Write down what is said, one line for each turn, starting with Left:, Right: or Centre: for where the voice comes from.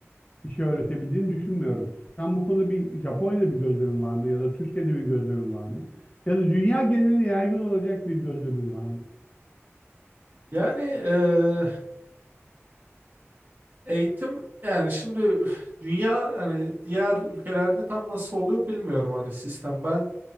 Left: bir şey öğretebildiğini düşünmüyorum. Sen bu konuda bir Japonya'da bir gözlemin var mı? Ya da Türkiye'de bir gözlemin var mı? Ya da dünya geneline yaygın olacak bir gözlemin var mı?
Right: Yani eee, eğitim yani şimdi dünya hani diğer ülkelerde tam nasıl oluyor bilmiyorum hani sistem. Ben